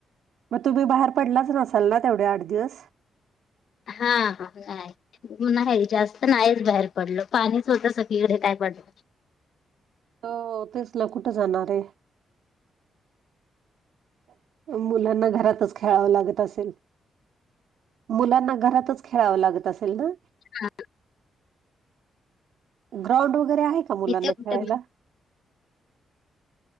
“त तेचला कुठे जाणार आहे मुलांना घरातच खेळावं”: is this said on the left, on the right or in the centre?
Right